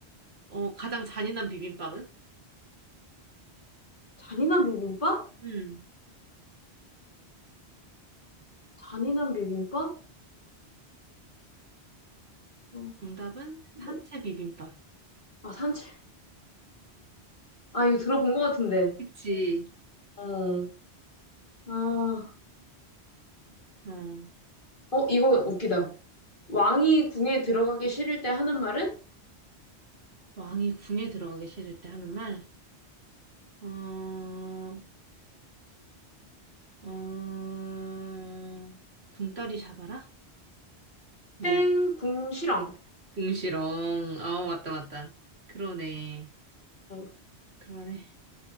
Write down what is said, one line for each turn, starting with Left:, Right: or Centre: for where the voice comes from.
Right: 어, 가장 잔인한 비빔밥은?
Left: <laughs> 잔인한 비빔밥?
Right: 음,
Left: 잔인한 비빔밥? 어,
Right: 정답은
Left: 뭐?
Right: 산채 비빔밥.
Left: 아, 산책. 아, 이거 들어본 것 같은데.
Right: 그치.
Left: 어, 아,
Right: 어,
Left: 어, 이거 웃기다. 왕이 궁에 들어가기 싫을 때 하는 말은?
Right: 왕이 궁에 들어가기 싫을 때 하는 말. 어, 어, 궁따리 잡아라? 미안.
Left: 땡, 궁, 실엉.
Right: 궁시렁. 아, 맞다, 맞다. 그러네.
Left: 어,
Right: 그러네.